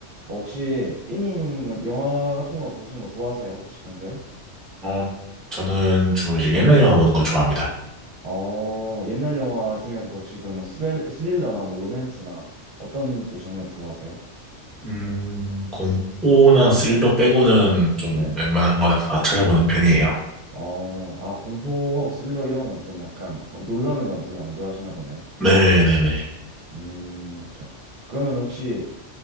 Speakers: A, on the right (about 55°); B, in the centre.
A: 어, 혹시 삐님은 영화 같은 거 보시는 거 좋아하세요? 혹시 평소에?
B: 어, 저는 주로 이제
A: 네네.
B: 옛날 영화 보는 걸 좋아합니다.
A: 어, 옛날 영화 중에서도 혹시 그러면 스릴, 스릴러나 뭐 로맨스나 어떤 또 장르를 좋아하세요?
B: 음, 공포나 스릴러 빼고는 좀
A: 네.
B: 웬만한 거는 다 찾아보는 편이에요.
A: 어, 아, 공포, 스릴러 이런 건 좀 약간 막 놀라는 건 별로 안 좋아하시나 보네요.
B: 네네네.
A: 음, 그쵸. 그러면 혹시